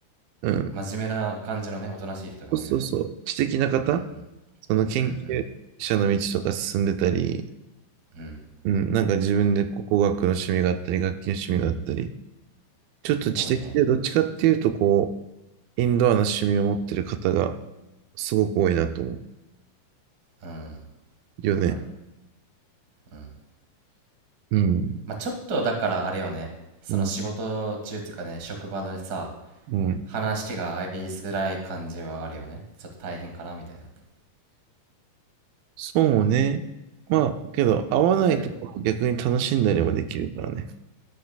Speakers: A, on the right; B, on the right.
A: うん。
B: 真面目な感じのね、おとなしい人が多いよね。
A: そうそうそう。知的な方
B: うんうん。
A: その研究者の道とか進んでたり、
B: うんうん。うん。
A: うん。なんか自分でこう工学の趣味があったり、楽器の趣味があったり、ちょっと知的で、
B: 多いね。
A: どっちかっていうと、こう、インドアな趣味を持ってる方がすごく多いなと思う
B: うん。
A: よね。
B: わかる。うん。
A: うん。
B: まあちょっとだからあれよね。その仕事中っていうかね、
A: うん。
B: 職場でさ、
A: うん。
B: 話が合いづらい感じはあるよね。ちょっと大変かなみたいな。
A: そうね。まあ、
B: お、
A: けど、合わないところを逆に楽しんだりもできるからね。
B: え、